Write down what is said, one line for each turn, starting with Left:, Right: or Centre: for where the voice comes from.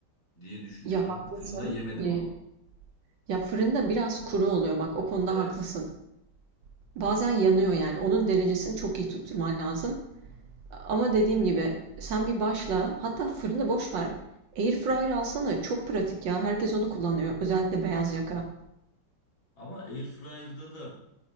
Left: diye düşünüyorum.
Right: Ya haklısın.
Left: Fırında yemedim
Right: Ee,
Left: ama.
Right: ya fırında biraz kuru oluyor bak o konuda
Left: Evet.
Right: haklısın. Bazen yanıyor yani. Onun derecesini çok iyi tutturman lazım. Ama dediğim gibi sen bir başla. Hatta fırını boş ver. Airfryer alsana. Çok pratik ya. Herkes onu kullanıyor. Özellikle beyaz yaka.
Left: Ama airfryer'da da